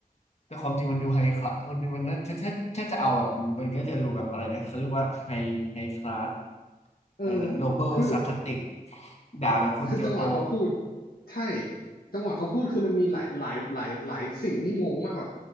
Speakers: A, on the left; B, on the left.
A: แต่ความจริงมันดูไฮคลาสคนนี้มันน่าถ้าถ้าถ้าจะเอาแบบมันมันก็จะดูแบบอะไรนะเขาเรียกว่าไฮไฮคลาส
B: เอ
A: อะไรนะโนเบิลซาร์คาสติก
B: อ
A: ด่าแบบคนเกียวโต
B: คือจังหวะเขาพูดใช่จังหวะเขาพูดคือมันมีหลายหลายหลายหลายสิ่งที่งงมากกว่า